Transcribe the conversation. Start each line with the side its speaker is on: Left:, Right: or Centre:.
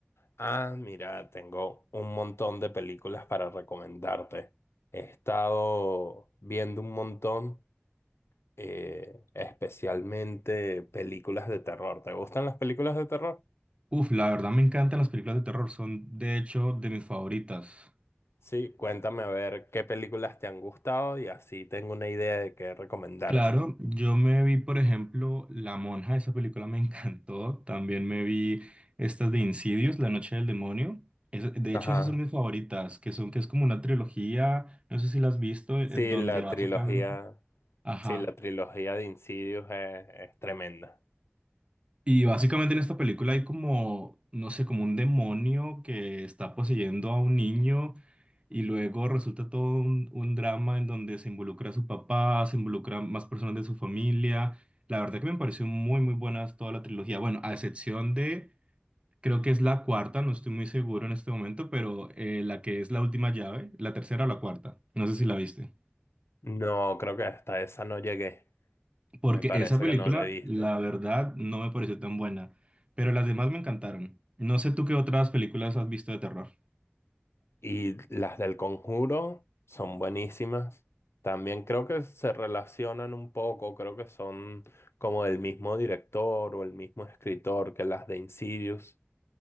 Left: Ah, mira, tengo un montón de películas para recomendarte. He estado viendo un montón, eh, especialmente películas de terror. ¿Te gustan las películas de terror?
Right: Uf, la verdad me encantan las películas de terror, son de hecho de mis favoritas.
Left: Sí, cuéntame a ver qué películas te han gustado y así tengo una idea de qué recomendarte.
Right: Claro, yo me vi, por ejemplo, La Monja, esa película me <laughs> encantó. También me vi estas de Insidious, La Noche del Demonio. Es- de hecho,
Left: Ajá.
Right: esas son mis favoritas, que son, que es como una trilogía, no sé si la has visto, en
Left: Sí,
Right: donde
Left: la
Right: básicamente...
Left: trilogía,
Right: Ajá.
Left: sí, la trilogía de Insidious es es tremenda.
Right: Y básicamente en esta película hay como, no sé, como un demonio que está poseyendo a un niño y luego resulta todo un, un drama en donde se involucra a su papá, se involucran más personas de su familia. La verdad que me pareció muy, muy buena toda la trilogía. Bueno, a excepción de, creo que es la cuarta, no estoy muy seguro en este momento, pero eh, la que es la última llave, la tercera o la cuarta. No sé si la viste.
Left: No, creo que hasta esa no llegué.
Right: Porque
Left: Me parece
Right: esa película,
Left: que no la he visto.
Right: la verdad, no me pareció tan buena, pero las demás me encantaron. No sé tú qué otras películas has visto de terror.
Left: Y las del Conjuro son buenísimas. También creo que se relacionan un poco. Creo que son como del mismo director o el mismo escritor que las de Insidious.